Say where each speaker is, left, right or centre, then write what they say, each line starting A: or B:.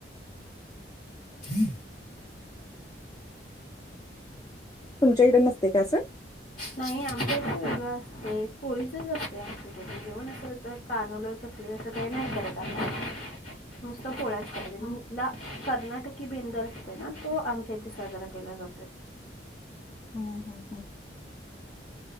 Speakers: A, on the left; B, on the left.
A: <inaudible>
B: तुमच्या इकडे नसते काय, असं.
A: नाही, आमच्याच वेगळं असते, पोळीचच असते आमच्याकडपण जेवण असं होतात. कानूल, चकली असं काही नाही करत आहे. आम्ही नुसतं पोळ्याच करतोय आम्ही. ला, कर्नाटकी बेंदूर असतोय ना, तो आमच्या इथे साजरा केला जातोय.
B: हम हम हम